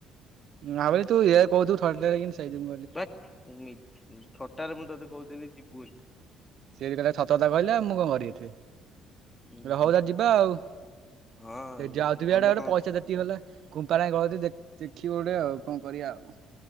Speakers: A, on the right (about 60°); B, on the left (about 20°).
A: ନାଁ ତୁ ଏଇଆ କୋହୁଥୁବୁ ଥଟାରେ କିନି ସାଇଜି
B: ଭାକ୍ ମି ଥଟାରେ ମୁଁ ତୋତେ କୋହୁଥିଲି ଯିବୁ ବୋଲି।
A: ସେଏବି କଇଲା ଛତା ଛତା କହିଲା ଆ ମୁଁ କଁ କରିବି ଏଥିରେ?
B: ଉଁ
A: ର ହୋଉ
B: ହୁଁ
A: ତା ଯିବା ଆଉ
B: ହଁ
A: ଯାଉଥିବି
B: ଗଲେ
A: ଇଆଡେ ଇଆଡେ
B: କଣ
A: ପଇସା ଯେତିିକି ହେଲାଲା କୁମ୍ପାଳ ହାଇ ଗଳତି ଦେ ଦେଖିବି ଗୋଟେ ଆଉ କଁ କରିବା ଆଉ।